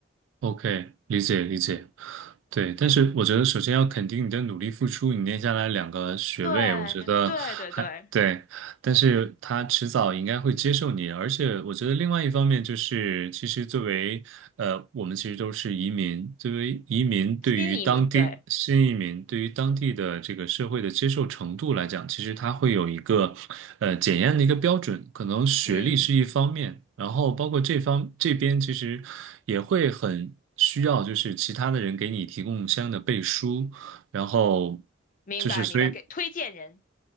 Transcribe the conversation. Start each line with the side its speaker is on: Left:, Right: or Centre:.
Right: ，OK，理解理解。对，但是我觉得首先要肯定你的努力付出，你念下来两个学位，
Left: 对，
Right: 我觉得还对。
Left: 对，对，对，
Right: 但是他迟早应该会接受你，而且我觉得另外一方面就是，其实作为呃，我们其实都是移民，作为移民对于当地新移民对于当地的这个社会的接受程度来讲，
Left: 新移民，对，
Right: 其实它会有一个呃检验的一个标准，可能学历是一方面，
Left: 嗯，
Right: 然后包括这方这边其实也会很需要，就是其他的人给你提供相应的背书，然后
Left: 明白，
Right: 就是所以。
Left: 明白，给推荐人，